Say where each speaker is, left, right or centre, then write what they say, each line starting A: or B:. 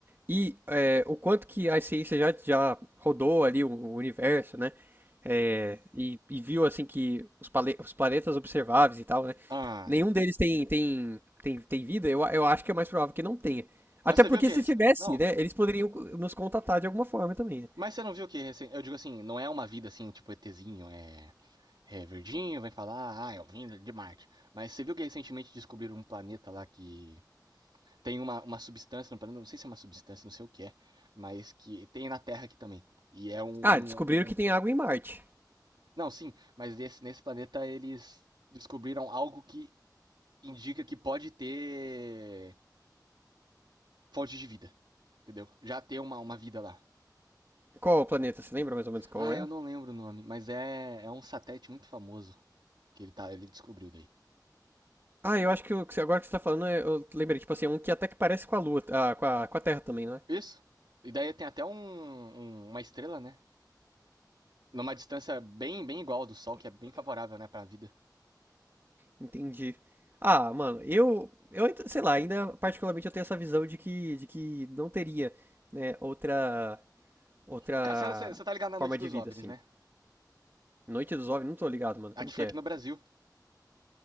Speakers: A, on the right; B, on the right.
A: e é, o quanto que a ciência já, já rodou ali o, o universo, né? É, e, e viu assim que os, pale- os planetas observáveis e tal, né?
B: Ah.
A: Nenhum deles tem, tem, tem, tem vida, eu, eu acho que é mais provável que não tenha. Até
B: Mas você
A: porque
B: viu o que.
A: se tivesse,
B: Não.
A: né? Eles poderiam co- nos contatar de alguma forma também, né?
B: Mas você não viu o que recen- Eu digo assim, não é uma vida assim, tipo ETzinho, é. É verdinho, vai falar, ah, eu vim de Marte. Mas você viu que recentemente descobriram um planeta lá que tem uma, uma substância no não sei se é uma substância, não sei o que é, mas que tem na Terra aqui também. E é um. um-
A: Ah, descobriram que
B: um-
A: tem água em Marte.
B: Não, sim, mas nesse, nesse planeta eles descobriram algo que indica que pode ter fonte de vida. Entendeu? Já ter uma, uma vida lá.
A: Qual o planeta? Você lembra mais ou menos qual
B: Ah,
A: era?
B: eu não lembro o nome, mas é, é um satélite muito famoso que ele, tá, ele descobriu daí.
A: Ah, eu acho que o que você- agora que você tá falando, é- eu lembrei, tipo assim, é um que até que parece com a Lua, ah, com a, com a Terra também, não é?
B: Isso. E daí tem até um, um- uma estrela, né? Numa distância bem, bem igual ao do Sol, que é bem favorável, né, pra vida.
A: Entendi. Ah, mano, eu, eu, ainda- sei lá, ainda particularmente eu tenho essa visão de que, de que não teria, né, outra, outra
B: Cara, você- você você tá ligado na
A: forma
B: noite dos
A: de vida,
B: OVNIs,
A: assim.
B: né?
A: Noite dos OVNIs, não tô ligado, mano,
B: Aqui
A: como que
B: foi
A: é?
B: aqui no Brasil.